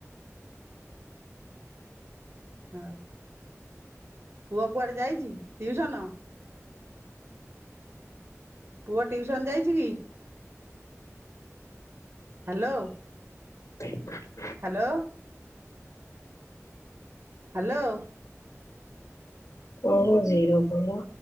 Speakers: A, on the right; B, on the left.
A: ହଉ ପୁଅ କୁଆଡେ ଯାଇଛି ଟିଉସନ? ପୁଅ ଟିଉସନ ଯାଇଛି କି ହ୍ୟାଲୋ।
B: ହ
A: ହ୍ୟାଲୋ। ହ୍ୟାଲୋ।
B: ମୋର ଜିରୋ କଲ।